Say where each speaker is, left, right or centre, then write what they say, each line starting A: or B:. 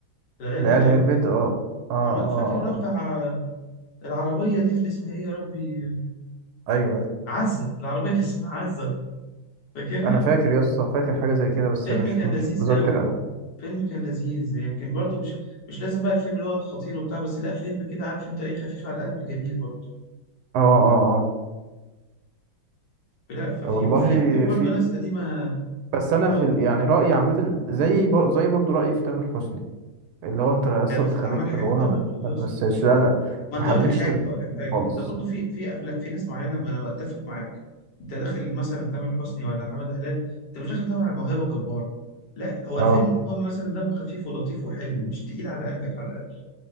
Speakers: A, on the left; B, on the right.
A: العيال
B: العيال
A: هربت
B: هربت اه اه اه,
A: عمل فاكر اللي هو
B: آه.
A: بتاع العربية دي اللي اسمها ايه يا ربي
B: ايوه أيوة.
A: عزة العربية اللي اسمها عزة فاكرها
B: انا فاكر يا اسطى فاكر حاجه زي كده بس
A: فيلم
B: مش
A: كان
B: مش
A: لذيذ
B: متذكر
A: قوي
B: قوي
A: فيلم كان لذيذ يمكن برضه مش مش لازم بقى الفيلم اللي هو الخطير وبتاع بس لا فيلم كده عارف انت ايه خفيف على القلب جميل برضه
B: اه اه
A: لا ففي
B: اه والله
A: وفي عندك برضو
B: في
A: ناس قديمة
B: بس انا
A: أقول
B: في ال-
A: لك
B: يعني رايي عامه زي بر... زي برضو رايي في تامر حسني اللي هو انت يا اسطى
A: لا بس
B: انت خليك
A: عمل
B: في
A: حاجات
B: الغنى
A: حلوة
B: ما
A: برضو
B: ما
A: يا
B: تمثلش
A: اسطى
B: لا لا
A: ما أنت
B: ما حبيتش
A: أقول لك حاجة
B: تامر
A: هقول لك
B: حسني
A: حاجة
B: خالص
A: أنت برضو في في أفلام في ناس معينة ما أنا أتفق معاك أنت داخل مثلا تامر حسني ولا حمد هلال أنت مش داخل تدور على الموهبة الجبارة لا هو
B: اه
A: الفيلم المهم مثلا دمه خفيف ولطيف وحلو مش تقيل على قلبك على الأقل